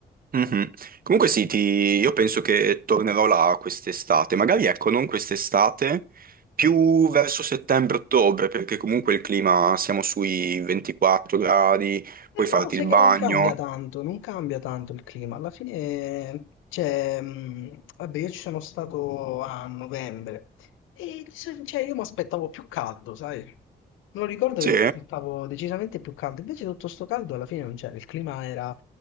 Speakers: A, on the right; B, on the left.
A: Mhm. Comunque sì, ti- io penso che tornerò là quest'estate, magari ecco, non quest'estate, più verso settembre-ottobre, perché comunque il clima siamo sui 24 gradi, puoi
B: E però
A: farti
B: sai
A: il bagno.
B: che non cambia tanto, non cambia tanto il clima. Alla fine, cioè, mh, vabbè, io ci sono stato a novembre e so- cioè, io mi aspettavo più caldo, sai? Me lo ricordo
A: Sì?
B: che mi aspettavo decisamente più caldo, invece tutto sto caldo alla fine non c'era, il clima era